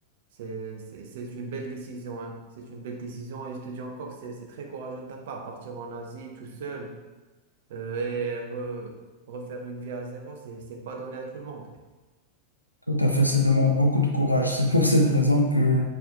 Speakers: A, on the right; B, on the left.
A: C'est, c'est, c'est une belle décision, hein. C'est une belle décision et je te dis encore, c'est, c'est très courageux de ta part. Partir en Asie tout seul euh, et re- refaire une vie à zéro, c'est, c'est pas donné à tout le monde.
B: tout à fait, ça demande beaucoup de courage. C'est pour cette raison que